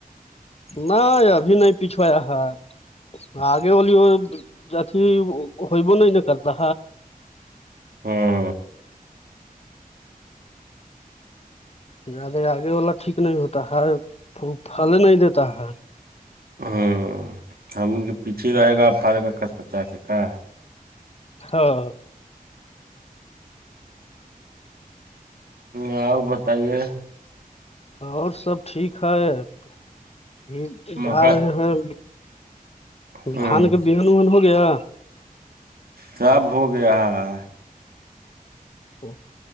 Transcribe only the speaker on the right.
ہاں
ہوں ہم کے پیچھے رہے گا پڑے گا کچ کچا کے کا
آؤ بتائیے
مکا
ہوں
سب ہو گیا ہے